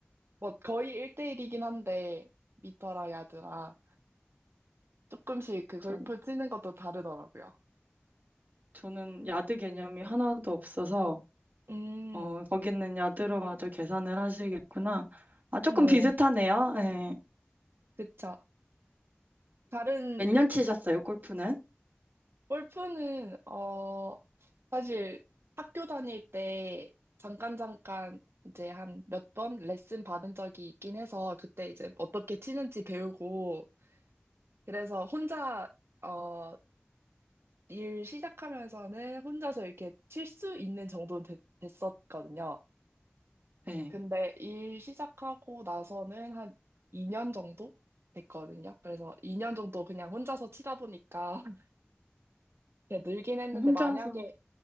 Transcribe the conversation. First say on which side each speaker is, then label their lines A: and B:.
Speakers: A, on the right (about 75°); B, on the right (about 50°).
A: 뭐 거의 1대1이긴 한데 미터라 야드라 조금씩 그
B: 전,
A: 골프 치는 것도 다르더라고요.
B: 저는 야드 개념이 하나도 없어서,
A: 음,
B: 어, 거기는 야드로 마저 계산을 하시겠구나. 아, 조금
A: 네.
B: 비슷하네요. 네.
A: 그쵸. 다른
B: 몇 년 치셨어요, 골프는?
A: 골프는 어 사실 학교 다닐 때 잠깐 잠깐 이제 한 몇 번 레슨 받은 적이 있긴 해서 그때 이제 어떻게 치는지 배우고 그래서 혼자 어 일 시작하면서는 혼자서 이렇게 칠 수 있는 정도는 됐- 됐었거든요.
B: 네.
A: 근데 일 시작하고 나서는 한 2년 정도 됐거든요. 그래서 2년 정도 그냥 혼자서 치다 보니까 <laughs> 이제 늘긴 했는데
B: 혼자서,
A: 만약에